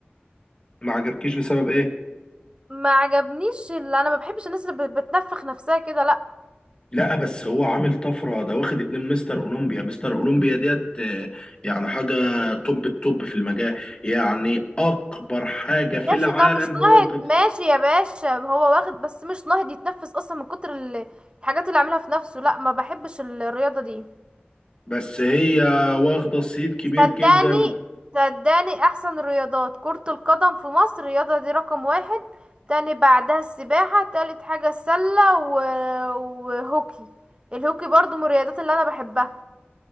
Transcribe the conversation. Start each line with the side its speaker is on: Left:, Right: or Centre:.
Left: ما عجبكيش بسبب ايه
Right: ما عجبنيش اللي انا ما بحبش الناس اللي بت- بتنفخ نفسها كده لا
Left: لا بس هو عامل طفرة ده واخد اتنين مستر اولمبيا مستر اولمبيا ديت آه، يعني حاجة توب التوب في المجال يعني اكبر حاجة في
Right: ماشي
Left: العالم
Right: ده مش
Left: هو
Right: ناهض
Left: واخد
Right: ماشي يا باشا ما هو واخد بس مش ناهض يتنفس اصلا من كتر ال- الحاجات اللي عاملها في نفسه لا ما بحبش ال- الرياضة دي
Left: بس هي واخدة صيت كبير
Right: صدقني
Left: جدا
Right: صدقني احسن الرياضات كرة القدم في مصر الرياضة دي رقم واحد تاني بعدها السباحة تالت حاجة السلة و... وهوكي الهوكي برضو من الرياضات اللي انا بحبها